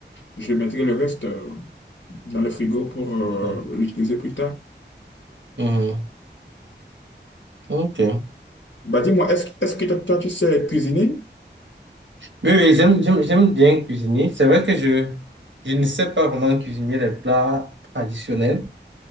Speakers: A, on the left; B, on the right.
A: je mettrai le reste euh, dans le frigo pour euh,
B: Ouais.
A: l'utiliser plus tard.
B: Mhm. Ok.
A: Bah dis-moi, est-ce, est-ce que toi, toi, tu sais cuisiner?
B: Oui, oui, j'aime, j'aime, j'aime bien cuisiner. C'est vrai que je, je ne sais pas vraiment cuisiner les plats traditionnels.